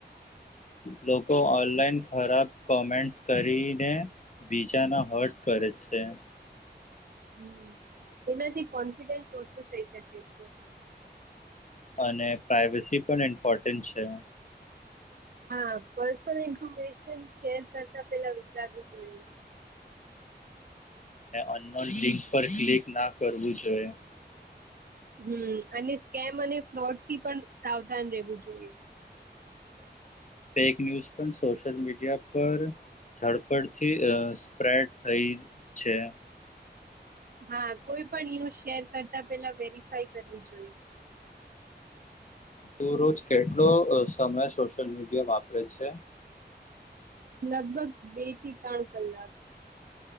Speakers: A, on the left (about 45°); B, on the right (about 55°).
A: લોકો ઓનલાઈન ખરાબ કોમેન્ટ્સ કરીને બીજાના હટ કરે છે.
B: હમ એનાથી કોન્ફિડન્સ ઓછું થઈ શકે છે.
A: અને પ્રઇવેસી પણ ઇમ્પોર્ટન્ટ છે.
B: હા પર્સનલ ઇન્ફોર્મેશન શેર કરતા પેલા વિચારવું જોયું.
A: અને લિંક પર ક્લિક ના કરવું જોઈ.
B: હમ અને સ્કેમ અને ફ્રોડ થી પણ સાવધાન રહે ું જોઈએ.
A: ફેક ન્યૂઝ પણ, સોશિયલ મીડિયા પર ઝડપડથી સ્પ્રેડ થઈ છે.
B: હા કોઈ પણ યુઝ શેર કરતા પેલા વેરીફાય કરવી જોઈ.
A: તું રોજ કેટલો અહ સમય સોશિયલ મીડિયા વાપરે છે?
B: લગભગ બે થી ત્રણ કલાક.